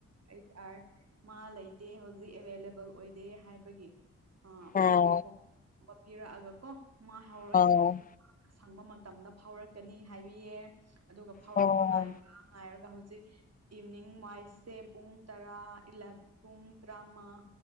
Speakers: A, on the right; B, on the left.
A: ꯑꯩꯁ ꯑꯥꯔ ꯃꯥ ꯂꯩꯇꯦ ꯍꯧꯖꯤꯛ ꯑꯦꯚꯏꯂꯦꯕꯜ ꯑꯣꯏꯗꯦ ꯍꯥꯏꯕꯒꯤ ꯑꯥ ꯑꯩꯈꯣꯏꯒꯤ
B: ꯑꯣ
A: ꯐꯣꯟꯕ ꯄꯤꯔꯛꯑꯒ ꯀꯣ ꯃꯥ ꯍꯣꯔꯦꯟ
B: ꯑꯣ
A: ꯁꯪꯕ ꯃꯇꯝꯗ ꯐꯥꯎꯔꯛꯀꯅꯤ ꯍꯥꯏꯕꯤꯌꯦ ꯑꯗꯨꯒ ꯐꯥꯎꯔꯛꯄ
B: ꯑꯣ
A: ꯉꯥꯏꯕ ꯉꯥꯏꯔꯒ ꯍꯧꯖꯤꯛ ꯏꯚꯅꯤꯡ ꯋꯥꯏꯁꯁꯦ ꯄꯨꯡ ꯇꯔꯥꯂ ꯄꯨꯡ ꯇꯔꯥꯃꯉꯥ